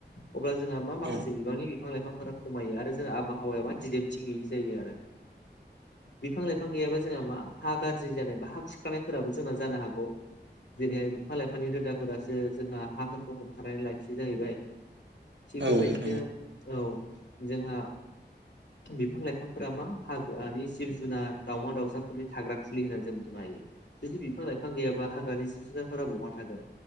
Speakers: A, on the left; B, on the right.
A: अब्ला जोंहा मा माखासे
B: औ
A: बिबांनि बिफां- लाइफांफोरा खमायो आरो जों आबहावायाव मा दिदमथि गैयि जायो आरो। बिफां -लाइफां गैयाबा जोंहा मा हा गाज्रि जानाय बा हा खुरखानायफोराबो जोंना जानो हागौ। जेरैहाय बिफां- लाइफांनि रोदाफोरासो जोंहा हाफोरखौ हमथानानै लाखियो जाहैबाय। थिग बेबायदिनो
B: औ नोंथां
A: औ जोंहा बिफां -लाइफां बिफांफोरा मा हाग्रानि जिब -जुनार, दावउमा- दाउसाफोरनि थाग्रा खुलि होननानै जों बुंनो हायो। जुदि बिफां- लाइफां गैयाबा हाग्रानि जिब- जुनारफोरा बहा थागोन